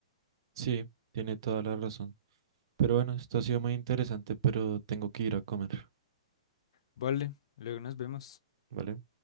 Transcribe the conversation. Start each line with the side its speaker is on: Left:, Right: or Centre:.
Right: Sí, tiene toda la razón. Pero bueno, esto ha sido muy interesante, pero tengo que ir a comer,
Left: Vale, luego nos vemos.
Right: ¿vale?